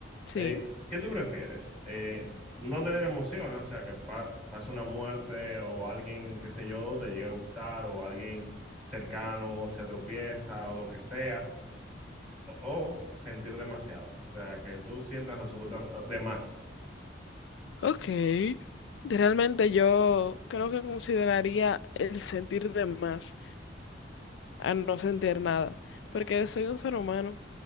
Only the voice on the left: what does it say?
Sí,
ok. Realmente yo creo que consideraría el sentir de más. a no sentir nada, porque soy un ser humano